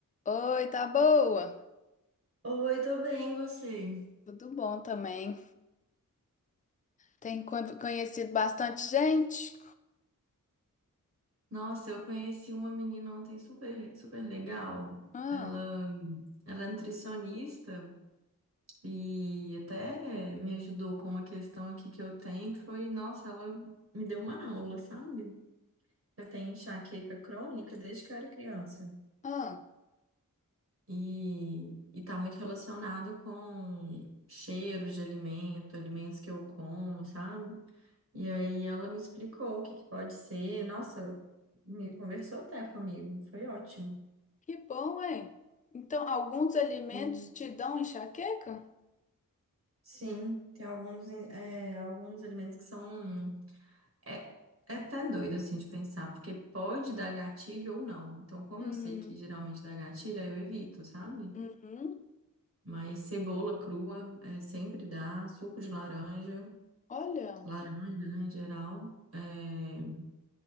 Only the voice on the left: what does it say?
Oi, tá boa?
Tudo bom também. Tem con- conhecido bastante gente?
Ah,
ah,
que bom, hein? Então, alguns alimentos
te dão enxaqueca?
Hum,
uhum.
Olha,